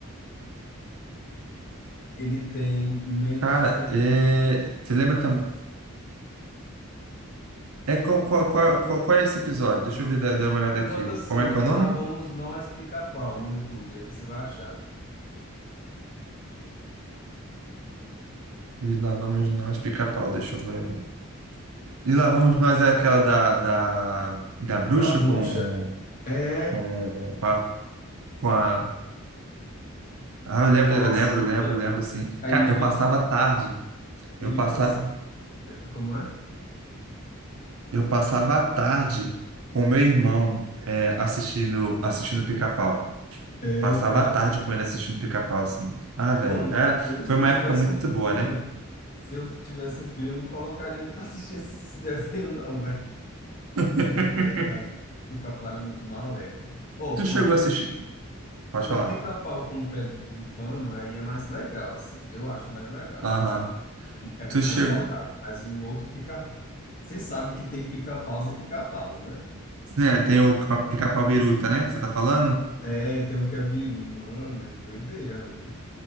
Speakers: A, on the left; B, on the right.
A: Ele tem menos
B: Cara,
A: de seis
B: é...
A: minutos.
B: você lembra também? É qual, qual, qual, qual, qual é esse episódio? Deixa eu ver, dar dar uma olhada
A: Você
B: aqui.
A: bota assim,
B: Como é que é
A: e
B: o nome?
A: lá vamos nós pica-pau no YouTube. Aí você vai achar.
B: E lá vamos nós, pica-pau. Deixa eu ver. E lá vamos nós é aquela da, da, da bruxa
A: Da bruxa.
B: com,
A: É,
B: com, com a, com a- Ah, eu lembro,
A: com a
B: eu
A: vassoura.
B: lembro, eu lembro, eu lembro, assim.
A: Aí
B: Cara,
A: ele fica.
B: eu passava a tarde,
A: Ele.
B: eu passava,
A: pus- Como é?
B: eu passava a tarde com meu irmão é, assistindo, assistindo Pica-Pau.
A: É,
B: Passava
A: cara.
B: a tarde com ele assistindo Pica-Pau, assim. Ah, velho,
A: Mano,
B: era-
A: eu se
B: foi uma
A: eu tivesse
B: época muito
A: um filho.
B: boa, né?
A: Se eu tivesse um filho, eu não colocaria ele pra assistir esse <laughs> esse desenho, não,
B: <laughs>
A: De verdade. Pica-pau era muito maléfico. Oh,
B: Tu
A: pronto.
B: chegou a assistir? Pode
A: O,
B: falar.
A: o pica-pau com o pé de, de pano aí é mais legal, assim. Eu acho mais legal.
B: Aham.
A: É mais
B: Tu chegou...
A: saudável. Mas o outro pica-pau. Você sabe que tem pica-paus e pica-paus, né?
B: É, tem o Pica-Pau Biruta, né? Que você tá falando?
A: É, tem um que é biru, mano, é doideira ali.